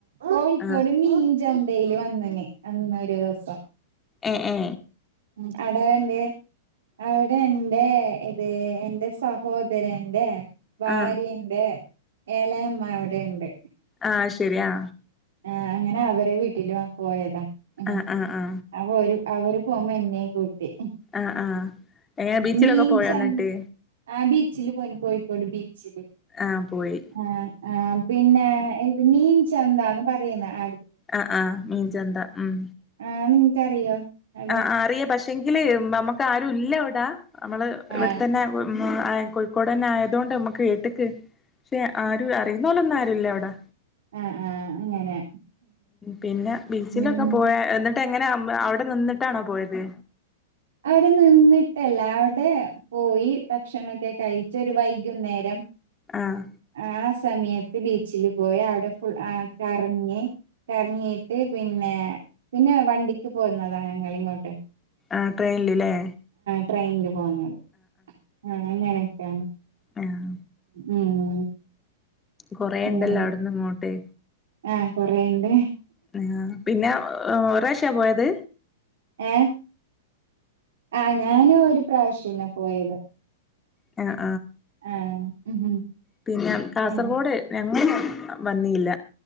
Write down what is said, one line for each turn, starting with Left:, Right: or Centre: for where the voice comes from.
Right: കോഴിക്കോട്
Left: ആ
Right: മീൻചാം ഡെയിലി വന്നന് അന്ന് ഒരു ദിവസം
Left: ആ ആ
Right: <unintelligible> അവിടെ ല്ലേ ഇത് എന്റെ സഹോദരന്റെ ഭാര്യന്റെ
Left: ആ
Right: ഏളയമ്മ അവിടെയുണ്ട്.
Left: ആ ശരി ആ
Right: ആ അങ്ങനെ അവരെ വീട്ടിലും പോയതാ. ആഹ്
Left: ആ ആ ആ
Right: അപ്പൊ ഒരു അവര് പോകുപോ എന്നെയും കൂട്ടി.
Left: ആ ആ എങ്ങനെ ബീച്ചിലൊക്കെ
Right: മീൻ
Left: പോയോ
Right: ചന്
Left: എന്നിട്ട്
Right: ആ ബീച്ചില് പോയിന് കോഴിക്കോട് ബീച്ച്
Left: ആ പോയി
Right: ആ ആ പിന്നെ മീൻ ചന്താന്ന് പറയുന്നേ. ആ
Left: ആ ആ മീൻചന്ത. ഉം.
Right: ആ നിങ്ങക്കറിയോ? അവിടെ
Left: ആ അറിയാം പക്ഷെങ്കില് നമ്മുക്ക് ആരു ഇല്ല അവിടെ. നമ്മള് ഇവിടെത്തന്നെ
Right: ആഹ്
Left: ഉം കോഴിക്കോട് തന്നെ ആയതൊണ്ട് നമ്മക്ക് ഏത്തിക്ക് പക്ഷെ ആരും അറിയുന്ന പോലെ ഒന്നും ആരുല്ലേ അവിടെ.
Right: ആഹ് ആഹ് അങ്ങനെ
Left: പിന്നെ ബീച്ചിലൊക്കെ
Right: ഉം
Left: പോയ എങ്ങനെ അവിടെ നിന്നിട്ടാണോ പോയത്?
Right: അവിടെ നിന്നിട്ടല്ല അവിടെ പോയി ഭക്ഷണം ഒക്കെ കഴിച്ച് ഒരു വൈകുന്നേരം
Left: ആഹ്
Right: ആ സമയത്ത് ബീച്ചില് പോയി. അവിടെ ഫുൾ ആ കറങ്ങി കറങ്ങീട്ട് പിന്നെ പിന്നെ വണ്ടിക്ക് പോകുന്നതാ ഞങ്ങിങ്ങോട്ട്.
Left: ആ ട്രെയിനിലില്ലേ?
Right: ട്രെയിനിൽ പോന്നത്. ആ അങ്ങനെയൊക്കെയാണ്.
Left: ആഹ്
Right: ഉം
Left: കൊറെണ്ടല്ല
Right: അങ്ങനെ
Left: അവിടന്ന് ഇങ്ങോട്ട്
Right: ആ കൊറെണ്ട്
Left: ആ പിന്നെ ഒർരശ്യാ പോയത്
Right: ഏ ആ ഞാന് ഒരു പ്രാവശ്യംന്ന പോയത്
Left: ആ
Right: ആ ഉം
Left: പിന്നെ കാസർഗോഡ്
Right: പിന്നെ
Left: ഞങ്ങള് വന്നില്ല